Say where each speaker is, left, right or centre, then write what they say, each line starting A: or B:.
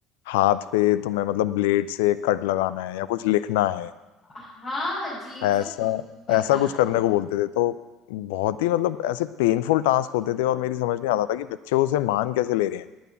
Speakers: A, on the left; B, on the left.
A: हाथ पे तुम्हें मतलब ब्लेड से कट लगाना है या कुछ लिखना है
B: हाँ अजीब
A: ऐसा
B: सा हम्म, पता
A: ऐसा कुछ
B: नहीं
A: करने को बोलते थे तो बहुत ही मतलब ऐसे पेनफुल टास्क होते थे और मेरी समझ नहीं आता था कि बच्चे उसे मान कैसे ले रहे हैं